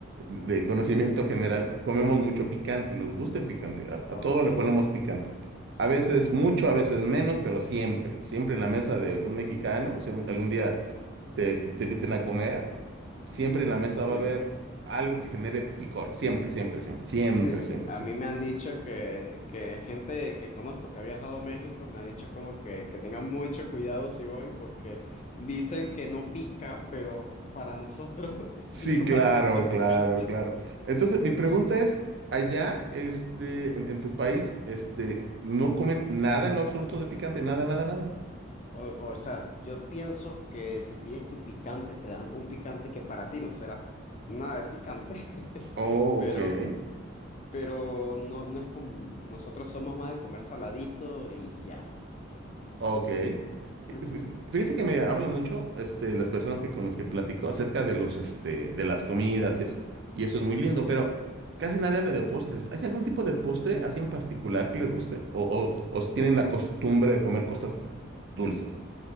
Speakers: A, on the right; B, on the left.
A: de conocimiento general, comemos mucho picante, nos gusta el picante, a,
B: Oh,
A: a todo
B: sí,
A: le ponemos picante. A veces mucho, a veces menos, pero siempre, siempre en la mesa de un mexicano, si un- algún día te, este, te inviten a comer. siempre en la mesa
B: sí.
A: va a haber algo que genere picor. Siempre, siempre, siempre, siempre,
B: Sí, sí.
A: siempre,
B: A
A: siempre.
B: mí me han dicho que, que gente que conozco que ha viajado a México me ha dicho como que, que tenga mucho cuidado si voy porque dicen que no pica, pero para nosotros <laughs> sí
A: Sí,
B: es
A: claro,
B: bastante picante.
A: claro, claro. Entonces, mi pregunta es, allá, este, en, en tu país, este, ¿no comen nada en lo absoluto de picante? Nada, nada, nada.
B: O, o sea, yo pienso que si pides tu picante, te dan un picante que para ti no será nada de picante, <laughs>
A: Oh,
B: pero,
A: ok.
B: pero no, no es común. Nosotros somos más de comer saladito y, y ya.
A: Ok.
B: Ujú.
A: Fí- Fíjate que me hablan mucho, este, las personas que con las que platico acerca de los, este, de las comidas y eso. Y eso es muy lindo, pero casi nadie habla de postres. ¿Hay algún tipo de postre así en particular que les guste? O, o, o
B: Eh,
A: si tienen la costumbre de comer cosas dulces.